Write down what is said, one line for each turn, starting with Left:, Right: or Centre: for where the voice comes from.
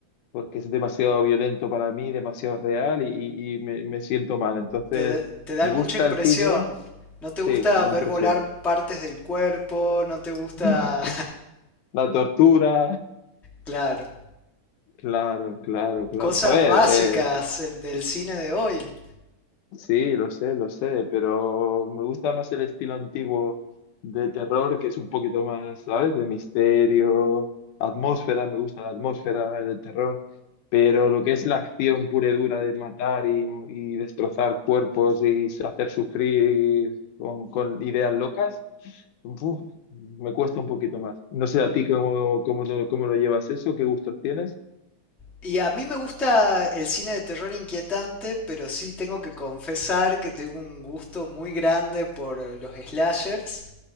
Left: porque es demasiado violento para mí, demasiado real y, y- y me, me siento mal. Entonces,
Centre: Te, te dan
Left: ¿me gusta
Centre: mucha impresión.
Left: el cine?
Centre: ¿No te
Left: Sí,
Centre: gusta
Left: me da
Centre: ver
Left: impresión.
Centre: volar partes del cuerpo? ¿No te gusta...
Left: <laughs> La tortura,
Centre: <laughs> Claro.
Left: claro, claro, claro.
Centre: Cosas
Left: A ver,
Centre: básicas
Left: eh,
Centre: en- del cine de hoy.
Left: Sí, lo sé, lo sé, pero me gusta más el estilo antiguo de terror, que es un poquito más, ¿sabes? De misterio, atmósfera, me gusta la atmósfera del terror, pero lo que es la acción pura y dura de matar y, y destrozar cuerpos y hacer sufrir con, con ideas locas, uf, me cuesta un poquito más. No sé a ti cómo, cómo, lo- cómo lo llevas eso, qué gustos tienes.
Centre: Y a mí me gusta el cine de terror inquietante, pero sí tengo que confesar que tengo un gusto muy grande por eh, los slashers.